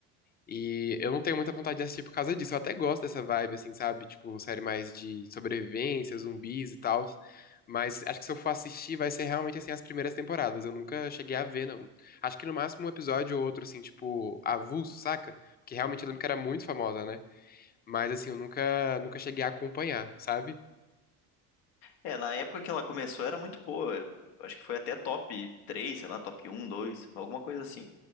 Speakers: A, on the left (about 25°); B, on the left (about 85°).
A: E eu não tenho muita vontade de assistir por causa disso. Eu até gosto dessa vibe, assim, sabe? Tipo, série mais de sobrevivência, zumbis e tal. Mas acho que se eu for assistir, vai ser realmente, assim, as primeiras temporadas. Eu nunca cheguei a ver, não. Acho que no máximo um episódio ou outro, assim, tipo, avulso, saca? Porque realmente eu lembro que era muito famosa, né? Mas, assim, eu nunca, nunca cheguei a acompanhar, sabe?
B: É, na época que ela começou era muito boa. eu Acho que foi até top 3, sei lá, top um, 2, alguma coisa assim.